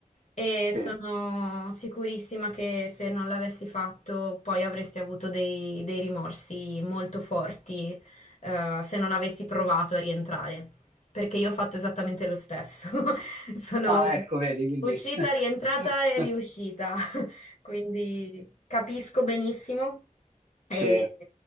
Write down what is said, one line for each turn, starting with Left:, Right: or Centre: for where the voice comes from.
Left: e sono
Right: Sì.
Left: sicurissima che se non l'avessi fatto poi avresti avuto dei, dei rimorsi molto forti eh, se non avessi provato a rientrare, perché io ho fatto esattamente lo stesso, <laughs> sono
Right: Ah, ecco, vedi, quindi...
Left: uscita,
Right: <laughs>
Left: rientrata e riuscita quindi capisco benissimo. E,
Right: Sì,